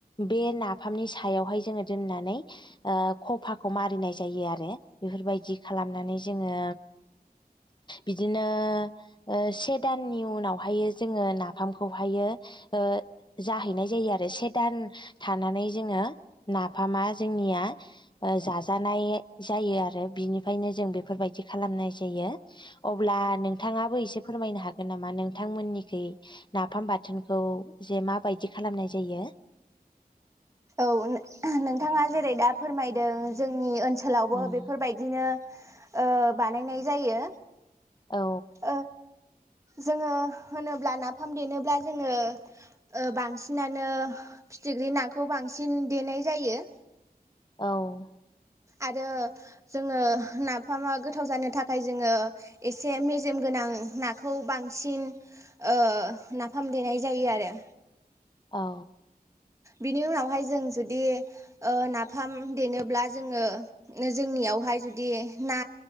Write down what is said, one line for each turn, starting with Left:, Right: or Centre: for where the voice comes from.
Left: बे नाफामनि सायावहाय जोङो दोननानै ओ खफाखौ मारिनाय जायो आरो बेफोरबायदि खालामनानै जोङो बिदिनो ओ से दाननि उनावहाय जोङो नाफा फामखौहायो ओ जाहैनाय जायो आरो से दान थानानै जोङो नाफामा जोंनिया ओ जाजानाय जायो आरो बिनिफ्रायनो जों बेफोरबायदि खालामनाय जायो अब्ला नोंथाङाबो एसे फोरमायनो हागोन नामा नोंथांमोननिखै- नाफाम बाथोनखौ जे माबायदि खालामनाय जायो-
Right: औ नोंथाङा जेरै दा फोरमायदों जोंनि ओनसो खालावबो
Left: उम
Right: बेफोरबायदिनो ओ बानायनाय जायो
Left: औ
Right: ओ जोङो होनोब्ला नाफाम देनोब्ला जोङो ओ बांसिनानो फिथिख्रि ना खौ बांसिन देनाय जायो।
Left: औ
Right: आरो जोङो नाफामा गोथाव जानो थाखाय जोङो एसे मेजेम गोनां नाखौ बांसिन ओ नाफाम देनाय जायो आरो
Left: औ
Right: बिनि उनावहाय जों जुदि ओ नाफाम देनोब्ला जोङो जोंनियावहाय जुदि ना